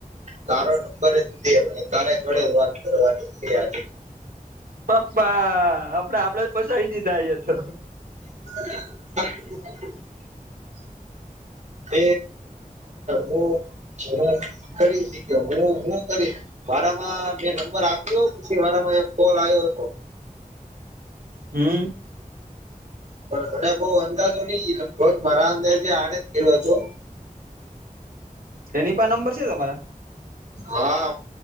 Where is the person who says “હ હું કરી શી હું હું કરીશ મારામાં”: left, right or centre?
Right